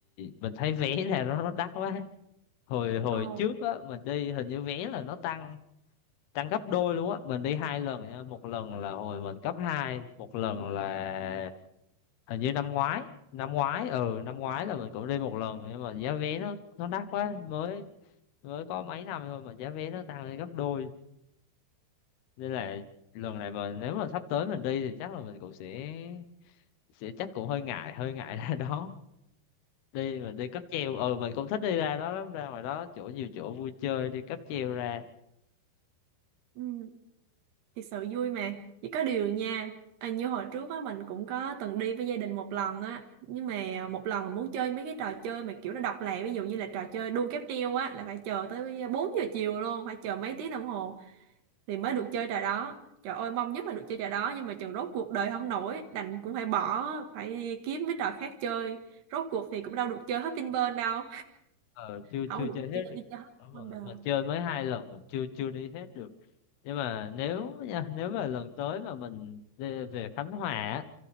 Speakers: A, on the left; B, on the right.
A: mình thấy vé ra nó nó đắt quá hồi hồi
B: ồ
A: trước á mình đi hình như vé là nó tăng tăng gấp đôi luôn á mình đi hai lần nha một lần là hồi mình cấp hai một lần là hình như năm ngoái năm ngoái ừ năm ngoái là mình cũng đi một lần nhưng mà giá vé nó nó đắt quá mới mới có mấy năm thôi mà giá vé nó tăng lên gấp đôi nên là lần này mà nếu mà sắp tới mình đi thì chắc là mình cũng sẽ sẽ chắc cũng hơi ngại hơi ngại ra đó đi mình đi cáp treo ừ mình cũng thích đi ra đó lắm ra ngoài đó chỗ nhiều chỗ vui chơi đi cáp treo ra
B: ừ. thật sự vui mà chỉ có điều nha à, như hồi trước á mình cũng có từng đi với gia đình một lần á nhưng mà một lần mình muốn chơi mấy cái trò chơi mà kiểu nó độc lạ ví dụ như là trò chơi đu cáp treo á là phải chờ tới 4 giờ chiều luôn phải chờ mấy tiếng đồng hồ thì mới được chơi trò đó trời ơi mong nhất là được chơi trò đó nhưng mà chừng rốt cuộc đời không nổi đành cũng phải bỏ phải đi kiếm mấy trò khác chơi rốt cuộc thì cũng đâu được chơi hết Vinpearl đâu
A: ờ chưa
B: không
A: chưa
B: được
A: chơi hết
B: chơi
A: được
B: đi chơi hết
A: đúng rồi
B: Wonder
A: mình chơi mới hai lần cũng chưa chưa đi hết được nhưng mà nếu nha, nếu mà lần tới mà mình đi về Khánh Hòa á